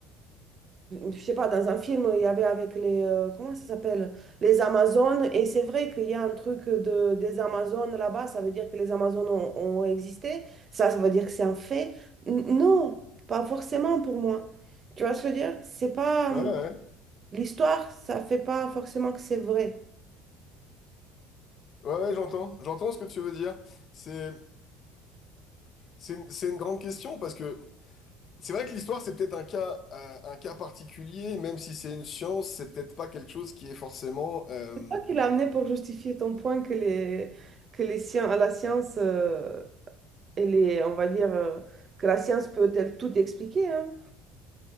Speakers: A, on the right; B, on the left.
A: je sais pas, dans un film, il y avait avec les, euh, comment ça s'appelle? Les Amazones. Et c'est vrai qu'il y a un truc de, des Amazones là-bas, ça veut dire que les Amazones ont, ont existé. Ça, ça veut dire que c'est un fait. N- non, pas forcément pour moi. Tu vois ce que je veux dire? C'est pas,
B: Ouais, ouais, ouais,
A: l'histoire, ça fait pas forcément que c'est vrai.
B: ouais, ouais, j'entends, j'entends ce que tu veux dire. C'est, c'est, une- c'est une grande question parce que C'est vrai que l'histoire, c'est peut-être un cas, euh, un cas particulier, même si c'est une science, c'est peut-être pas quelque chose qui est forcément. euh,
A: C'est toi qui l'as amené pour justifier ton point que les, que les scien- la science, euh, elle est, on va dire, euh, que la science peut-elle tout expliquer, hein?